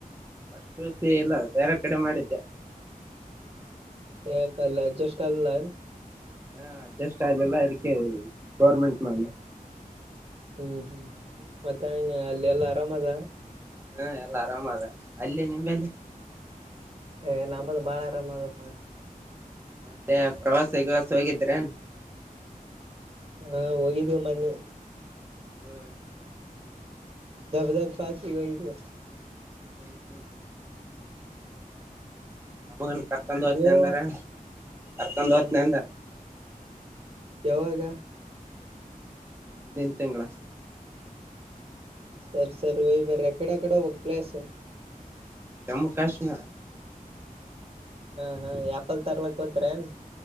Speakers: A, on the right; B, on the right.
A: ಅಷ್ಟ ವ್ಯವಸ್ಥೆ ಇಲ್ಲ ಬೇರೆ ಕಡೆ ಮಾಡಿದ್ದೆ
B: ಯ ಕಲ್ಲ ಅಡ್ಜಸ್ಟ್ ಆಲಿಲ್ಲ
A: ಹಾ ಅಡ್ಜಸ್ಟ ಆಲಿಲ್ಲಾ ಅದಕ್ಕೆ ಗೋರ್ಮೆಂಟ್ ಮನೆ
B: ಹ್ಮ್ ಹ್ಮ್ ಮತ್ತೆ ಹಂಗ ಅಲ್ಲೆಲ್ಲಾ ಆರಾಮದ
A: ಹ್ಮ ಎಲ್ಲ ಆರಾಮ ಅದ ಅಲ್ಲಿ ನಿಂಬೇಲೆ
B: ಏ ನಂಬದ ಬಾಳಾರ್ರಮದಪ್ಪಾ
A: ಮತ್ತೆ ಪ್ರವಾಸಗವಾಸ ಹೋಗಿದ್ರೆ
B: ಹಾ ಹೋಗಿದ್ದೀವಿ ಮನ್ನಿ
A: ಹ್ಮ್
B: ಧಬಧಬ ಫಾಸಿ ವೈ ರ
A: ಹ್ಮ್ <unintelligible> ಕರ್ಕೊಂಡ್ ಹೋತ್ನೆ
B: ನೀವು
A: ಅಂದಾರ ಕರ್ಕೊಂಡ
B: ಹ
A: ಹಓತ್ನೆ
B: ಹಾ
A: ಅಂದಾರ
B: ಯಾವಾಗ.
A: ಮುಂದಿನ ತಿಂಗಳ.
B: ಸರಿ ಸರಿ ಒಯ್ ಬರ್ರಿ ಎಕಡೆ ಎಕಡೆ ಹೋಗ ಪ್ಲೇಸು.
A: ಜಮ್ಮು ಕಾಶ್ಮೀರ.
B: ಹಾ ಹಾ ಯಪಲ್ ತರ್ಲಕ್ ಹೋದ್ರೇನ್.